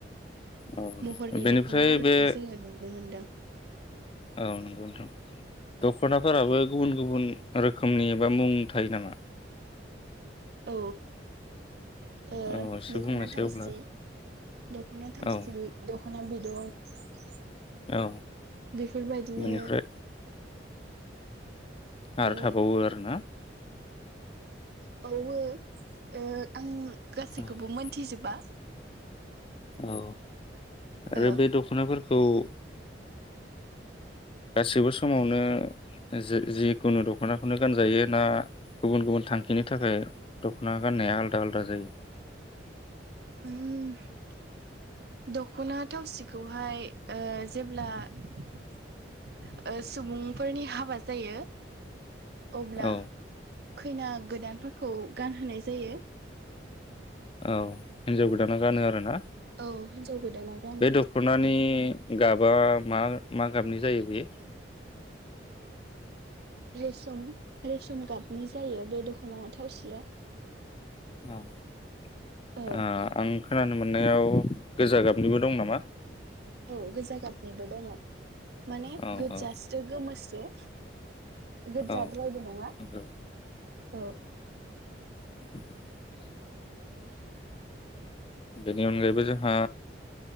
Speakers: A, on the left; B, on the right.
A: औ
B: महरनि
A: बेनिफ्राय
B: दख'ना गाननायखौ
A: बे
B: जोङो नुनो मोनदों।
A: औ नंगौ नोंथां। दख'नाफोराबो गुबुन गुबुन रोखोमनि एबा मुं थायो नामा?
B: औ ओ
A: औ एसे
B: दख'ना
A: बुंनायसै
B: थावसि,
A: अब्ला
B: दख'ना थावसि,
A: औ
B: दख'ना बिद <unintelligible>
A: औ
B: बेफोरबायदिनो
A: बेनिफ्राय आरो
B: ओ
A: थाबावो आरो ना।
B: बाउवो ओ आं गासैखौबो
A: औ
B: मोनथिजोबा।
A: औ आरो
B: ओ
A: बे दख'नाफोर खौ ओ गासिबो समावनो जे जिखुनु दख'नाखौनो गानजायो ना गुबुन गुबुन थांखिनि थाखाय दख'ना गाननाया आलदा आलदा जायो?
B: उम दख'ना थावसिखौहाय ओ जेब्ला ओ सुबुंफोरनि हाबा जायो अब्ला
A: औ
B: खैना गोदानफोरखौ गानहोनाय जायो।
A: औ हिन्जाव गोदाना गानो आरो ना।
B: औ हिन्जाव गोदाना गानो
A: बे दख'नानि गाब बा मा मा गाबनि जायो बे?
B: रेसम रेसम गाबनि जायो बे दख'ना थावसिया।
A: अ ओ
B: औ
A: आं खोनानो मोननायाव गोजा गाबनिबो दं नामा?
B: औ गोजा गाबनिबो दङ' माने
A: औ
B: गोजास्रो
A: औ
B: गोमोस्रो। गोजाद्रायबो
A: औ
B: नङा
A: नंगौ
B: औ।
A: <inaudible> बेनि अनगायैबो जोंहा